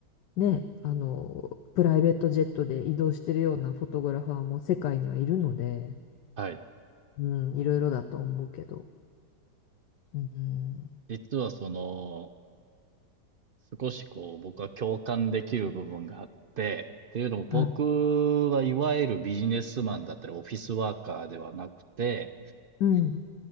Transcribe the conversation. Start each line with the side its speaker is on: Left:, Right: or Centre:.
Left: ね、あの、プライベートジェットで移動してるようなフォトグラファーも世界にはいるので、
Right: はい。
Left: うん、いろいろだと思うけど。うん。
Right: 実はその少しこう、僕は共感できる部分があって、っていうのも僕はいわゆるビジネスマンだったりオフィスワーカーではなくて、
Left: あ、うん。